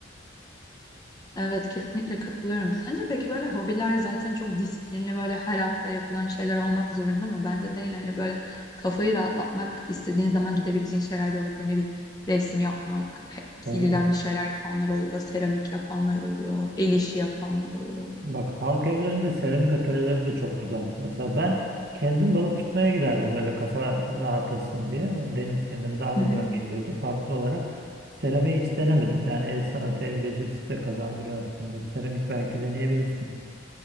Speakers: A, on the left (about 20°); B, on the right (about 55°).
A: Evet kesinlikle katılıyorum. Sence peki böyle hobiler zaten çok disiplinli böyle her hafta yapılan şeyler olmak zorunda mı? Bence değil hani böyle kafayı rahatlatmak istediğin zaman gidebileceğin şeyler de olabilir. Ne bileyim resim yapmak, kilden
B: Tabii.
A: bir şeyler yapanlar oluyor, seramik yapanlar oluyor, el işi yapanlar oluyor.
B: Bak halk evlerinde seramik atölyeleri de çok güzel. Mesela ben kendim balık tutmaya giderdim öyle kafa rahatlasın diye. O deniz kenarı daha
A: <laughs>
B: güzel geliyordu. Farklı olarak seramiği hiç denemedim. Yani el sanatı, el becerisi de kazandırıyor aslında. Seramik belki deneyebilirsin.